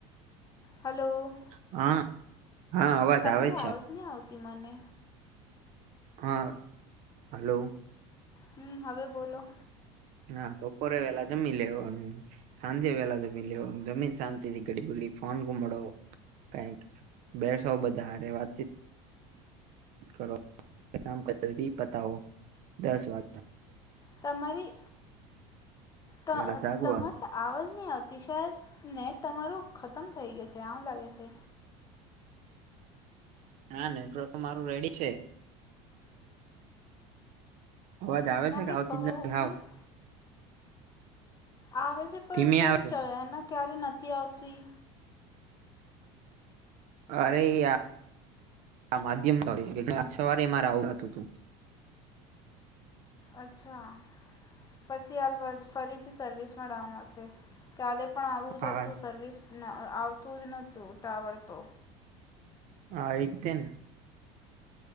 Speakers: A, on the left; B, on the right.
A: હલો.
B: હા. હા અવાજ
A: તમારી
B: આવે છે
A: આવાજ નહી આવતી મને.
B: હા હલો.
A: હમ્મ હવે બોલો.
B: હા બપોરે વેલા જમી લેવાનું સાંજે વેલા જમીન લેવુ જમીન શાંતિ થી ઘડી બુલી ફોન ગુમાડવો કાઈ બેસો બધા હારે વાતચીત કરો કામ કરીતી પતાઓ દસ વાગે
A: તમારી ત
B: વેલા જાગવાનું
A: તમાર આવજ નહીં આવતી શાયદ નેટ તમારું ખતમ થઈ ગયું છે આમ લાગે છે.
B: ના નેટવર્ક મારું રેડી છે. અવાજ આવે
A: ના
B: છે
A: પણ
B: કે આવતી
A: બહુ
B: જ નથી હાવ
A: મતલબ આવે છે પણ
B: ધીમે
A: ક્યારે
B: આવે છે
A: ચ એને ક્યારે નથી આવતી
B: અરે યાર માધ્યમ સવારે મારે આવુ થાતું તું
A: અચ્છા પછી હાલ ફરીથી સર્વિસમાં ડાઉન હશે. કાલે પણ આવું
B: હા
A: જ હતું સર્વિસ આવતું જ નહોતું ટાવર તો
B: હા એઈ તેને